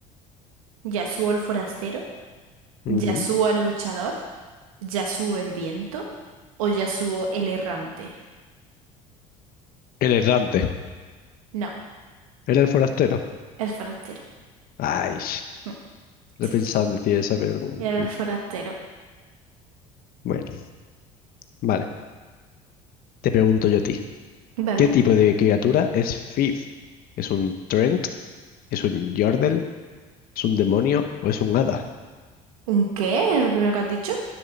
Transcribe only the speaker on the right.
¿Yasuo el forastero? ¿Yasuo
el luchador? ¿Yasuo el viento? ¿O Yasuo el errante?
No,
el forastero.
Mm,
Sí,
el forastero.
Vale.
¿Un qué? ¿Es lo primero que has dicho?